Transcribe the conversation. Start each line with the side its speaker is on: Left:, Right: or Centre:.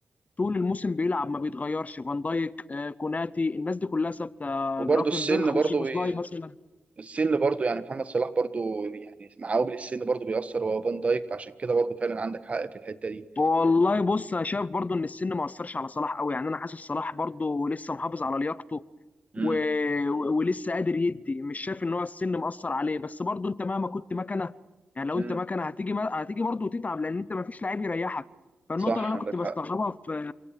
Left: طول الموسم بيلعب ما بيتغيرش فان دايك آه، كوناتي الناس دي كلها ثابته
Right: وبرضه
Left: جرافنبرخ
Right: السن برضه
Left: وسوبوسلاي
Right: بي...
Left: مثلا
Right: السن برضه يعني محمد صلاح برضه يعني مع عوامل السن برضه بيأثر وهو فان دايك فعشان كده برضه فعلا عندك حق في الحته دي
Left: والله بص انا شايف برضو ان السن ما اثرش على صلاح قوي يعني انا حاسس صلاح برضو لسه محافظ على لياقته
Right: مم.
Left: و... و- ولسه قادر يدي مش شايف ان هو السن مأثر عليه بس برضو انت مهما كنت مكنه يعني لو
Right: مم.
Left: انت مكنه هتيجي ما... هتيجي برضو وتتعب لان انت ما فيش لعيب يريحك فالنقطه
Right: صح
Left: اللي انا
Right: عندك
Left: كنت بستغربها
Right: حق
Left: في